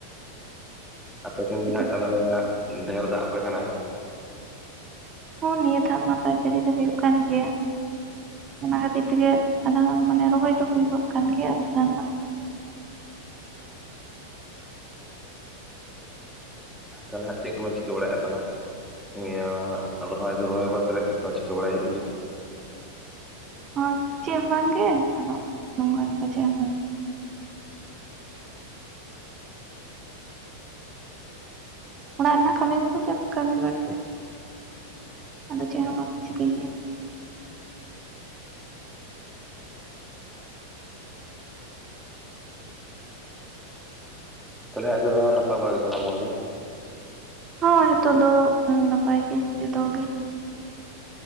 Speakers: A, in the centre; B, on the right (about 30°).
A: ᱟᱯᱮ ᱴᱷᱮᱱ
B: ᱪᱤᱠᱟᱹ
A: ᱜᱮ ᱦᱟᱸᱜ ᱪᱟᱸᱫᱳ ᱵᱚᱸᱜᱟ ᱦᱟᱸᱜ ᱰᱷᱮᱨ ᱫᱟᱜ ᱟᱯᱮ ᱠᱟᱱᱟᱭ᱾
B: ᱦᱚᱸ ᱱᱤᱭᱟᱹ ᱫᱷᱟᱣ ᱢᱟ ᱛᱚ ᱡᱟᱹᱲᱤ ᱫᱚ ᱦᱩᱭᱩᱜ ᱠᱟᱱ ᱜᱮᱭᱟ᱾ ᱚᱱᱟ ᱠᱷᱟᱹᱛᱤᱨ ᱛᱮᱜᱮ ᱟᱫᱷᱟ ᱜᱟᱱ ᱢᱟᱱᱮ ᱨᱚᱦᱚᱭ ᱫᱚ ᱦᱩᱭᱩ ᱜᱚᱫ ᱠᱟᱱ ᱜᱮᱭᱟ ᱟᱫᱷᱟ ᱜᱟᱱ ᱫᱚ᱾
A: ᱛᱟᱞᱦᱮ ᱦᱟᱸᱜ ᱪᱮᱫ ᱠᱚᱵᱮᱱ ᱪᱤᱠᱟᱹ ᱵᱟᱲᱟᱭᱮᱜᱼᱟ ᱛᱚᱦᱚᱞᱮ᱾ ᱤᱭᱟᱹ ᱦᱟᱸᱜ ᱨᱚᱦᱚᱭ ᱫᱚ ᱨᱚᱦᱚᱭ ᱵᱟᱫ ᱠᱟᱛᱮᱫ ᱪᱮᱫ ᱠᱚ ᱪᱤᱠᱟᱹ ᱵᱟᱲᱟᱭ ᱦᱩᱭᱩᱜ ᱜᱮᱭᱟ᱾
B: ᱦᱚᱸ ᱪᱮᱫ ᱦᱚᱸᱵᱟᱝ ᱜᱮ᱾ ᱟᱫᱚ ᱱᱚᱝᱠᱟᱱ ᱞᱮᱠᱟ ᱪᱮᱫ ᱦᱚᱸ ᱵᱟᱝ ᱜᱮ᱾ ᱚᱲᱟᱜ ᱨᱮᱱᱟᱜ ᱠᱟᱹᱢᱤ ᱠᱚᱜᱮ ᱡᱟ ᱠᱚ ᱠᱟᱹᱢᱤ ᱵᱟᱲᱟ ᱦᱩᱭᱩᱜ-ᱟ᱾ ᱟᱫᱚ ᱪᱮᱜ ᱦᱚᱸ ᱵᱟᱝ ᱞᱤᱧ ᱪᱤᱠᱟᱹᱭ ᱜᱮᱭᱟ᱾
A: ᱛᱟᱞᱦᱮ ᱟᱨ ᱫᱤᱭᱮ ᱫᱚ ᱟᱨ ᱱᱟᱯᱟᱭ ᱵᱟᱲᱟ ᱜᱮ ᱥᱟᱱᱟᱢ ᱦᱚᱲ ᱜᱮ᱾
B: ᱦᱤᱭ ᱦᱤᱛᱳᱜ ᱫᱚ ᱱᱟᱯᱟᱭ ᱜᱮ ᱡᱚᱛᱚ ᱠᱚᱜᱮ᱾